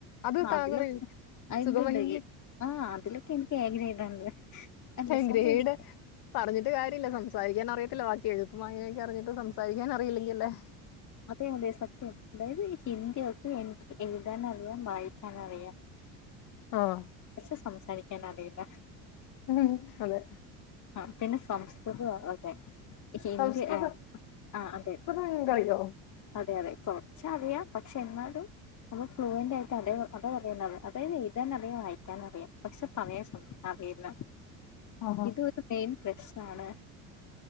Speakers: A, on the left; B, on the left.
A: അത് താങ്കൾ
B: അതിലൊക്കെ
A: എഴുതി
B: ആ
A: സുഖമഹിന്ദി
B: ഇണ്ട്ണ്ട് ആഹ് അതിലൊക്കെ എനിക്ക് എ ഗ്രേഡ് ഉണ്ട് അല്ല സുഗമഹിന്ദി
A: ഗ്രേഡ് പറഞ്ഞിട്ട് സംസാരിക്കാൻ അറിയത്തില്ല ബാക്കി എഴുത്തും അങ്ങനൊക്കെ അറിഞ്ഞിട്ട് സംസാരിക്കാൻ അറിയില്ലെങ്കിൽ അല്ലേ
B: അതെ അതെ സത്യം അതായത് ഹിന്ദിയൊക്കെ എനിക്ക് എഴുതാൻ അറിയാം വായിക്കാൻ അറിയാം
A: ആഹ്
B: പക്ഷെ സംസാരിക്കാൻ അറിയില്ല
A: ഉം അതെ
B: ആഹ് പിന്നെ സംസ്കൃതം അതെ ഹിന്ദി
A: സംസ്കൃതം
B: ആഹ് അതെ
A: <unintelligible>
B: അതെ അതെ കൊറച്ച് അറിയാം പക്ഷെ എന്നാലും അത് ഫ്ലുവന്റ് ആയിട്ട് അതെ അതത് പറയുന്നത് അതായത് എഴുതാനറിയാം വായിക്കാൻ അറിയാം പക്ഷെ പറയാൻ സംശ അറിയില്ല
A: ആഹാ
B: ഇതൊരു മെയിൻ പ്രശ്നമാണ്